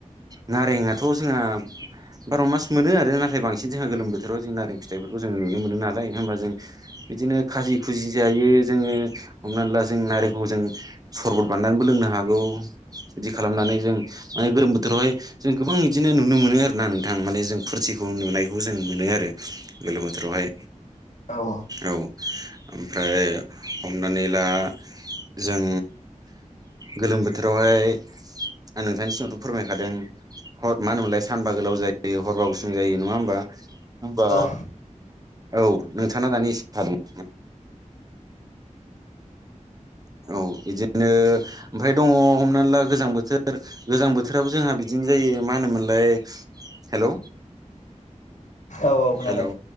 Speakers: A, on the right; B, on the left.
A: नारेंआथ' जोंहा बार'मास मोनो आरो नाथाय बांसिन जे ओ गोलोम बोथोरावहाय जों नारें फिथाइफोरखौ जों नुनो मोनो नालाय होमबा जों बिदिनो खाजि खुजि जायो जोङो हमनानै ला जों नारेंखौ जों सरबत बान्नानैबो लोंनो हागौ। बिदि खालामनानै जों माने गोलोम बोथोरावहाय जों गोबां इदिनो नुनो मोनो आरोना नोंथां माने जों फुरथि भुं नुनायखौ जों मोनो आरो गोलोम बोथोरावहाय
B: औ आ
A: औ ओमफ्राय हमनानै ला जों गोलोम बोथोरावहाय आं नोंथांनि सिङावथ' फोरमायखादों। हर मा होनोमोनलाय सानबा गोलाव जायो हरबा गुसुं जायो नङा होमबा? होनबा
B: औ
A: औ नोंथां दानि एसे मोन औ बिदिनो ओमफ्राय दङ हमना ला गोजां बोथोर गोजां बोथोराबो जोंहा बिदिनो जायो मा होनोमोनलाय हेल'
B: औ खोनादों
A: हेलौ